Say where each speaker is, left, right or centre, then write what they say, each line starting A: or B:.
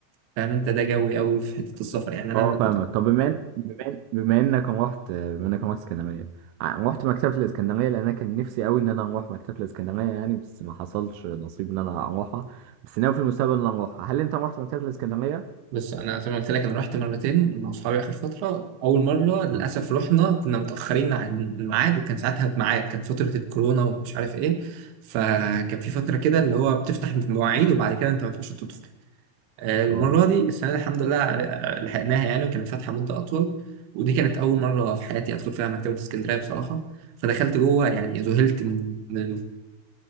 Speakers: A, on the right (about 65°); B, on the right (about 80°).
A: فاهم انت ده جوي قوي في حته السفر يعني انا
B: اه فاهمك طب بما إن- بما إن- بما انك رحت بما انك رحت اسكندريه ع- رحت مكتبه الاسكندريه لان انا كان نفسي قوي ان انا اروح مكتبه الاسكندريه يعني بس ما حصلش نصيب ان انا اروحها بس ناوي في المستقبل ان انا اروحها هل انت رحت مكتبه الاسكندريه
A: بص انا زي ما قلت لك انا رحت مرتين مع اصحابي اخر فتره اول مره للاسف
B: اه
A: رحنا كنا متاخرين عن الميعاد وكان ساعتها بميعاد كان فتره الكورونا ومش عارف ايه فكان في فتره كده اللي هو بتفتح المواعيد وبعد كده انت ما ينفعش تدخل آه، المرة
B: اه
A: دي السنة دي الحمد لله آه، آه، لحقناها يعني وكانت فاتحة مدة أطول ودي كانت أول مرة في حياتي أدخل فيها مكتبة اسكندرية بصراحة فدخلت جوه يعني ذهلت من من